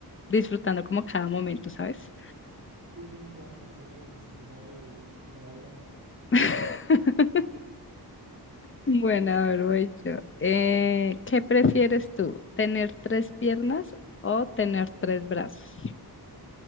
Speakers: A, on the left; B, on the right.
A: disfrutando como cada momento, ¿sabes?
B: Un minuto antes le digo que si se muere me da algo a mí.
A: <laughs>
B: <laughs>
A: Bueno, a ver,
B: Aquí.
A: voy yo. Eh, ¿qué prefieres tú? ¿Tener tres piernas o tener tres brazos?